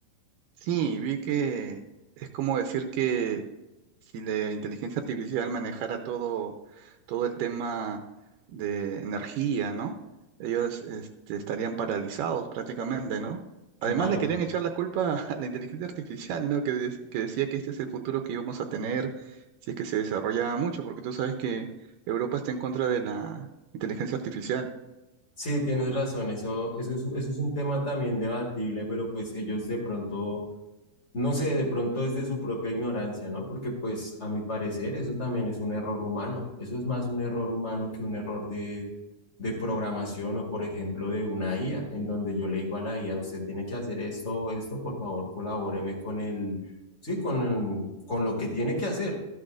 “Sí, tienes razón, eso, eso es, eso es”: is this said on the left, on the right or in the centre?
Left